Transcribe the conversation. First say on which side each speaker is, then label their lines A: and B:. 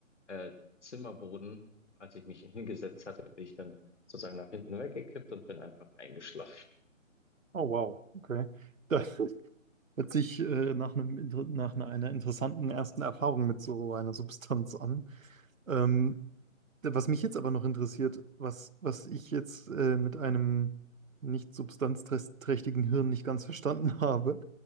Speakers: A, on the left; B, on the right.
A: äh, Zimmerboden, als ich mich <laughs> hingesetzt hatte, bin ich dann sozusagen nach hinten weggekippt und bin einfach eingeschlafen.
B: Oh wow, okay. Da, Hört sich äh, nach einem, inter- nach einer einer interessanten ersten Erfahrung mit so einer Substanz an. Ähm, was mich jetzt aber noch interessiert, was, was ich jetzt äh, mit einem nicht substanzträchtigen Hirn nicht ganz verstanden <laughs> habe,